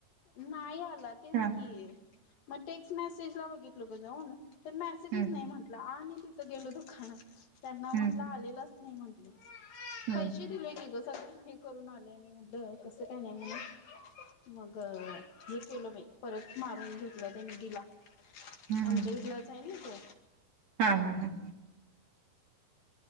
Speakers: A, on the left; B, on the right.
A: नाही आला तेच
B: हा
A: की. मग टेक्स्ट मेसेज ला बघितलो ग जाऊ तर मेसेजस
B: हम्म
A: नाही म्हटला आणि गेलो दुकानात त्यांना
B: हम्म
A: म्हंटलं आलेलच नाही म्हटले
B: हम्म
A: पैसे दिलेय की ग हे करून आलं आणि म्हटलं कसं काय नाही म्हण मग हे केलं बाई परत मारून घेतलं त्यानी दिला.
B: हम्म.
A: आमच्या इथलाच आहे ना तो.
B: हा हा हा